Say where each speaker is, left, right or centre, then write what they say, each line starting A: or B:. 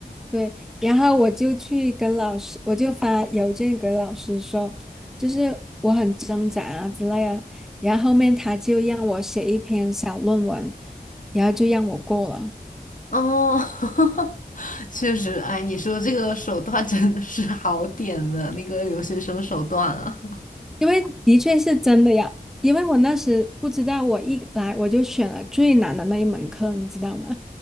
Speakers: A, in the centre; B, on the left.
A: 对，然后我就去跟老师，我就发邮件给老师说，就是我很挣扎啊之类啊。然后后面他就让我写一篇小论文，然后就让我过了，
B: 哦，<laughs> 确实，哎，你说这个手段真的是好点的，那个留学生手段啊。
A: 因为的确是真的呀。因为我那时不知道，我一来我就选了最难的那一门课，你知道吗？